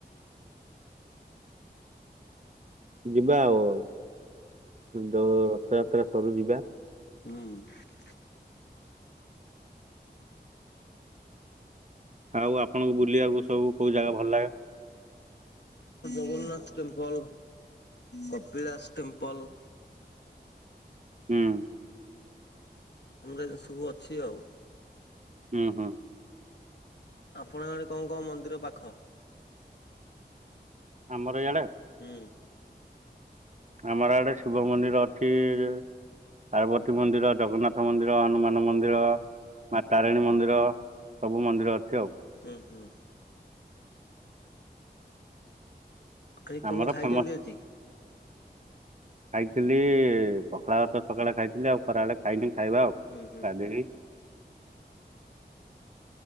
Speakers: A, on the right; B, on the left.
A: ଯିବା ଆଉ ଯୋ ରଥଯାତ୍ରା ସରୁ ଯିବା।
B: ଉଁ।
A: ଆଉ ଆପଣଙ୍କୁ ବୁଲିବାକୁ ସବୁ କୋଉ ଜାଗା ଭଲ ଲାଗେ?
B: <unintelligible> ନାଥ ଟେମ୍ପଲ, କପିଳାସ ଟେମ୍ପଲ
A: ହୁଁ।
B: ତମର ଏ ସବୁ ଅଛି ଆଉ।
A: ହୁଁ ହୁଁ।
B: ଆପଣ ଆଡେ କଣ କଣ ମନ୍ଦିର ପାଖ?
A: ଆମର ଇଆଡେ?
B: ହୁଁ।
A: ଆମର ଆଡେ ଶିବ ମନ୍ଦିର ଅଛିଯେ ପାର୍ବତୀ ମନ୍ଦିର, ଜଗନ୍ନାଥ ମନ୍ଦିର, ହନୁମାନ ମନ୍ଦିର। ମା ତାରିଣୀ ମନ୍ଦିର ସବୁ ମନ୍ଦିର ଅଛି ଆଉ।
B: ଉଁ ହୁଁ। ଆଜି କଣ
A: ଆମର
B: ଖାଇଛନ୍ତି
A: ଫେମସ
B: ଆଜି?
A: ଖାଇଥିଲି ପଖାଳ ଭାତ ସକାଳେ ଖାଇଥିଲି, ଆଉ ଖରାବେଳେ ଖାଇନି ଖାଇବା ଆଉ।
B: ହୁଁ ହୁଁ
A: ଗାଧେଇ